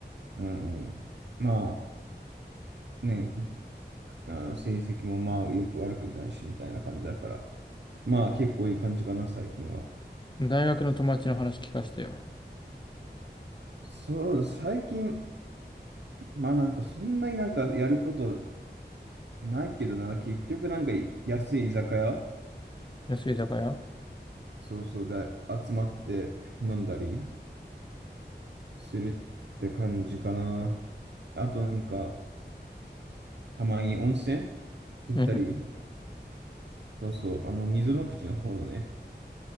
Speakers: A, on the right (about 75°); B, on the left (about 25°).
A: うんうん。まあね、あの成績もまあよく悪くないしみたいな感じだから。まあ結構いい感じかな、最近は。
B: 大学の友達の話聞かせてよ。
A: そう、最近、まあなんかそんなになんかやることないけどな、結局なんか安い居酒屋、
B: 安い居酒屋
A: そうそうで集まって飲んだりするって感じかな。あとなんか、たまに温泉行ったり、
B: うん。
A: そうそう、あの、溝の口の方のね、